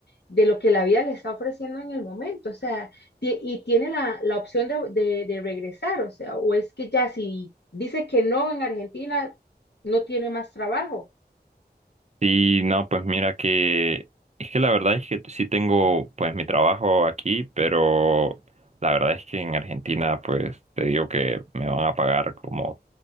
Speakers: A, on the left; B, on the right.
A: de lo que la vida le está ofreciendo en el momento, o sea, ti- y tiene la, la opción de, de, de, regresar, o sea, o es que ya si dice que no en Argentina, no tiene más trabajo,
B: Sí, no, pues mira que es que la verdad es que sí tengo pues mi trabajo aquí, pero la verdad es que en Argentina pues te digo que me van a pagar como